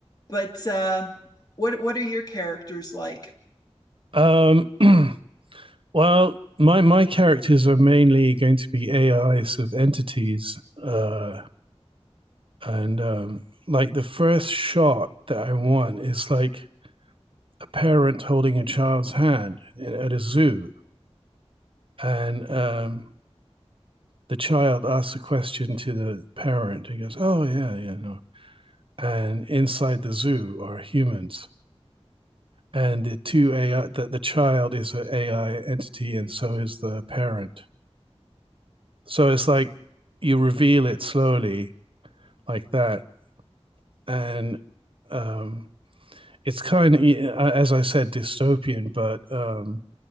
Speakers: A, on the left (about 35°); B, on the right (about 50°).
A: But uh, what what are your characters like?
B: um, <clears throat> well, my my characters are mainly going to be AIs of entities, uh, and um, like the first shot that I want is like a parent holding a child's hand at a zoo, and um, the child asks a question to the parent. He goes, "Oh yeah, yeah, no, and inside the zoo are humans and the two AI that the child is an AI entity and so is the parent. So it's like you reveal it slowly like that, and um, it's kind of as I said dystopian, but um,